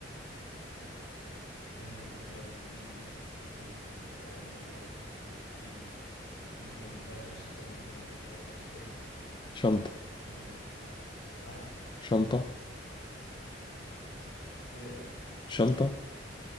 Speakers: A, on the left; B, on the left.
A: ممكن تبقى بالجلد ممكن تبقى قماش برضه قماش تقيل ممكن يبقى فيها سوستة ممكن ميبقاش فيها سوستة
B: شنطة
A: ممكن ها
B: شنطة
A: بتقول إيه؟
B: شنطة